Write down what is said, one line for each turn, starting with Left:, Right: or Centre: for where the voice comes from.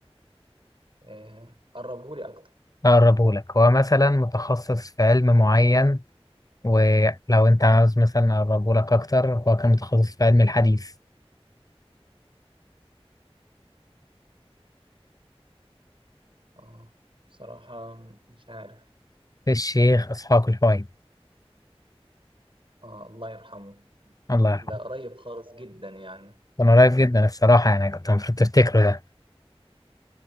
Right: آه قربهولي اكتر
Left: اقربه لك هو مثلا متخصص في علم معين ولو انت عاوز مثلا اقربه لك اكتر هو كان متخصص في علم الحديث
Right: اه بصراحة مش عارف
Left: الشيخ اسحاق الحويني
Right: آه الله يرحمه
Left: الله يرحمه
Right: ده قريب خالص جدا يعني
Left: كان قريب جدا الصراحة يعني كنت المفروض تفتكره ده